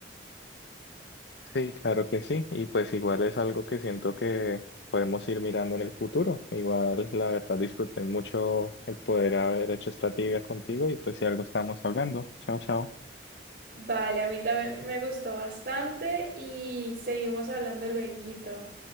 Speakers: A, on the left; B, on the right.
A: Sí, claro que sí. Y pues igual es algo que siento que podemos ir mirando en el futuro. Igual, la verdad, disfruté mucho el poder haber hecho esta trivia contigo y pues si algo estamos hablando. Chao, chao.
B: Vale, a mí también me gustó bastante y seguimos hablando lueguito.